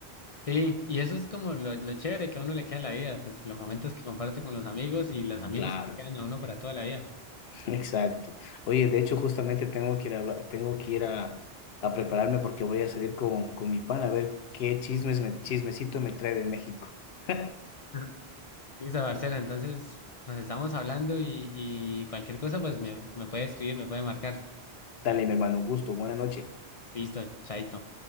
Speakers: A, on the left (about 45°); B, on the left (about 75°).
A: Sí, y eso es como lo, lo chévere que a uno le queda en la vida, pues los momentos que comparte con los amigos y los amigos
B: Claro.
A: que le quedan a uno para toda la vida.
B: Exacto. Oye, de hecho, justamente tengo que ir a, hablar- tengo que ir a, a prepararme porque voy a salir con, con mi pan a ver qué chismes me- chismecito me trae de México. <laughs>
A: Ujú. Listo, Barcela, entonces nos estamos hablando y, y cualquier cosa pues me, me puede escribir, me puede marcar.
B: Dale, mi hermano, un gusto. Buena noche.
A: Listo, chaito.